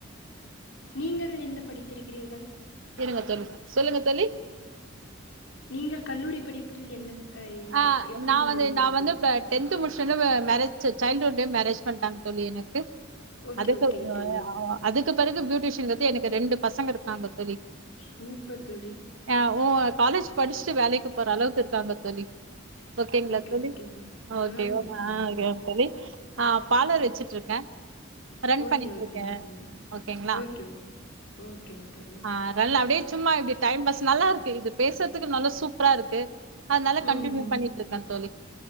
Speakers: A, on the left; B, on the right.
A: நீங்கள் டென்ன படித்திருக்கிறீர்கள்
B: இருங்க தோழி சொல்லுங்க தோழி
A: நீங்கள் கல்லூரி படிப்பில் என்ன அ
B: ஆஹ்
A: எப்படி
B: நா
A: இருந்தது
B: வந்து
A: உங்களுக்கு?
B: நா வந்து ப்ப டென்த் முடி ச்சது மேரேஜ் சைல்டுஹுட் லயே மேரேஜ் பண்ட்டாங்க தோழி எனக்கு
A: ஓகே,
B: அதுக்கு
A: ஓகேங் தோழி.
B: அதுக்கு பிறகு பியூட்டிஷன்கிறது எனக்கு ரெண்டு பசங்க இருந்தாங்க தோழி
A: சூப்பர் தோழி.
B: ஆஹ் ஓ காலேஜ் படிச்சுட்டு வேலைக்கு போற அளவுக்கு இருக்காங்க தோழி ஓகேங்களா
A: ஓகே,
B: தோழி
A: ஓகேங்.
B: ஓகே
A: ஆ ஓகேங்
B: மா தோழி ஆஹ் பார்லர் வச்சிட்டு இருக்கே ரன்
A: ஓகே,
B: பண்ணிட்டு
A: ஓகேங்
B: இருக்கே
A: தோழி.
B: ஓகேங்களா
A: ஓகே, ஓகேங். ஓகேங் தோழி.
B: ஹ ரன் அப்படியே சும்மா இப்படி டைம் பாஸ் நல்லா இருக்கு இது பேசுறதுக்கு நல்லா சூப்பரா இருக்கு அதுனால
A: ம்,
B: கண்டினியூ
A: ம்.
B: பண்ணிட்டு இருக்கே தோழி